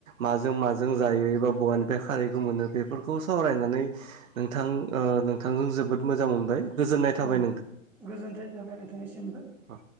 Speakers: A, on the right; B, in the centre.
A: माजों माजों जायो एबा बहानिफ्राय खारैखौ मोनो बेफोरखौ सावरायनानै नोंथां ओ नोंथांजों जोबोद मोजां मोनबाय। गोजोननाय थाबाय
B: उम गोजोननाय थाबाय नोंथांनिसिमबो।
A: अ।